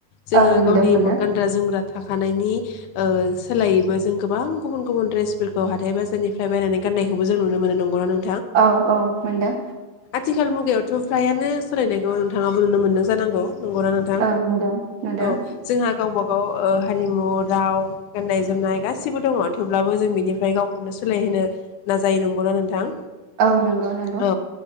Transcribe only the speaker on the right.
औ नुदों
मोनदों
औ औ मोनदों
औ नुदों नुदों
औ नोंगौ नोंगौ।